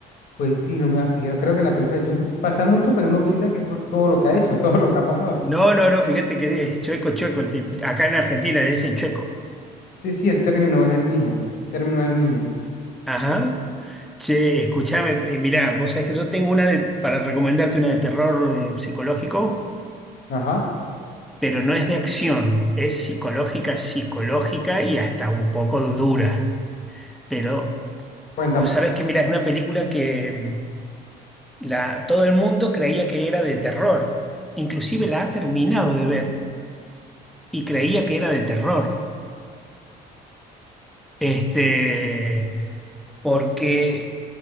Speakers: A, on the left; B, in the centre.
A: pues sí, no me había fijado. Creo que en la película de John Wick pasa mucho, pero uno piensa que es por todo lo que ha hecho, <laughs> todo lo que ha pasado.
B: No, no, no, fíjate que es chueco, chueco el tipo. Acá en Argentina le dicen chueco.
A: Sí, sí, el término es el mismo. Término es el mismo.
B: Ajá. Che, escúchame, eh, mirá, vos sabés que yo tengo una de- para recomendarte una de terror psicológico,
A: Ajá,
B: pero no es de acción, es psicológica, psicológica y hasta un poco dura. Pero
A: cuéntame.
B: vos sabés que, mirá, es una película que mm, la, todo el mundo creía que era de terror, inclusive la ha terminado de ver y creía que era de terror. Este, porque